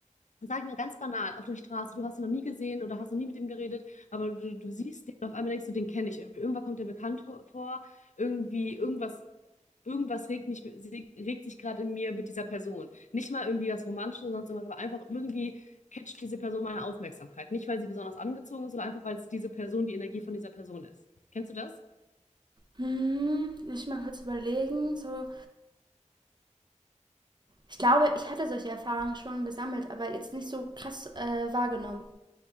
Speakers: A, on the left; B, on the right.
A: und sag ich mir ganz banal, auf der Straße, du hast ihn noch nie gesehen oder hast noch nie mit ihm geredet, aber du, du siehst den und auf einmal denkst du, den kenne ich irgendwie. Irgendwann kommt der bekannt vor, irgendwie, irgendwas, irgendwas regt mich, regt, regt sich gerade in mir mit dieser Person. Nicht mal irgendwie was Romantisches oder sonst irgendwas, aber einfach irgendwie catcht diese Person meine Aufmerksamkeit. Nicht, weil sie besonders angezogen ist, sondern einfach, weil es diese Person, die Energie von dieser Person ist. Kennst du das?
B: hm, lass ich mal kurz überlegen. So, Ich glaube, ich hatte solche Erfahrungen schon gesammelt, aber jetzt nicht so krass äh, wahrgenommen.